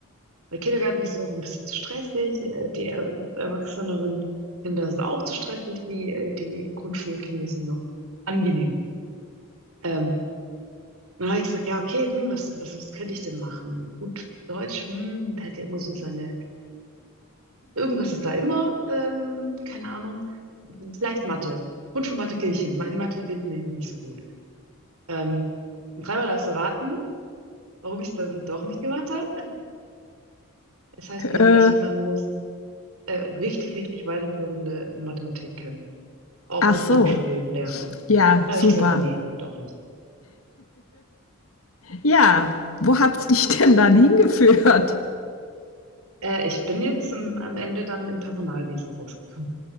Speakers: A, on the right; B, on the left.
A: Weil Kindergarten ist noch ein bisschen zu stressig, äh, die äh, erwachseneren Kinder sind auch zu stressig, die, äh, die Grundschulkinder sind noch angenehm. Ähm, dann habe ich gesagt, ja, okay, hm, was, was, was könnte ich denn machen? Gut, Deutsch, hm, der hat ja immer so seine Irgendwas ist da immer, ähm, keine Ahnung, vielleicht Mathe. Grundschulmathe Kirchen. In Mathe bin ich nämlich nicht so gut. Ähm, dreimal darfst du raten, warum ich es dann doch nicht gemacht habe. Es heißt
B: äh,
A: nämlich, man muss äh, richtig, richtig weiterführende Mathematik können. Auch
B: ach
A: für Grundschullehrer.
B: so. Ja,
A: Da
B: super.
A: habe ich gesagt, nee, doch nicht.
B: Ja, wo hat's dich denn dann hingeführt?
A: Äh, ich bin jetzt am am Ende dann im Personalwesen rausgekommen.